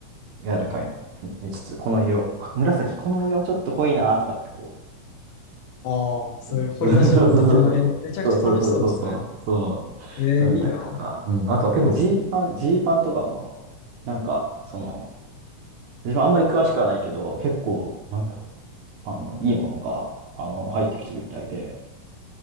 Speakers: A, on the right (about 75°); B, on the left (about 80°).
A: う柔らかいの見見つつ、この色、あ、紫、この色ちょっと濃いなとかってこ
B: ああ、そういう掘り出し物的な、
A: う、<laughs> そうそうそうそうそう、
B: え、めちゃくちゃ楽しそうですね。
A: そうそうそうそう、そ
B: えー、
A: う、
B: いいな。
A: 見たりとか、うん、あとは結構ジーパン、
B: いいですね。
A: ジーパンとかも、なんか、その、私もあんまり詳しくはないけど、結構、なんだろう、あの、いいものが、あの、入ってきてるみたいで、